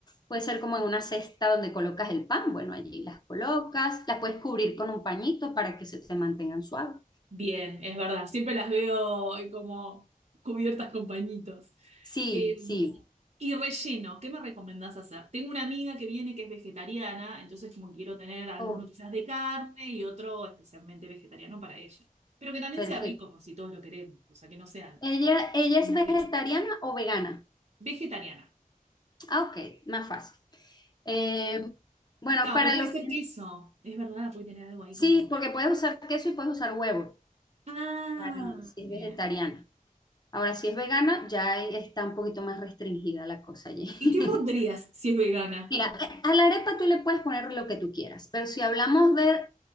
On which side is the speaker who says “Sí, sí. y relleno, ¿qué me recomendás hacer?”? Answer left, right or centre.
Right